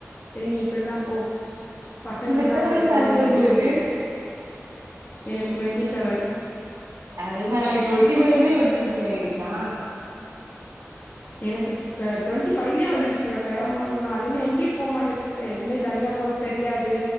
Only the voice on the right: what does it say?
எத்தன வயசு
ஆகுது
உங்களுக்கு
அதுதா ட்வெண்ட்டி செவன்லயே மெச்சூரிட்டி ஆயிடுச்சா